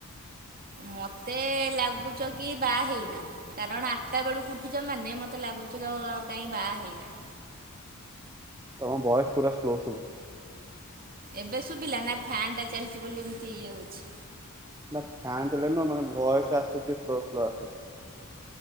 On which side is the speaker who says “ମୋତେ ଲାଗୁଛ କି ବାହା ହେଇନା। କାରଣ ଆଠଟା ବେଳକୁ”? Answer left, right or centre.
Right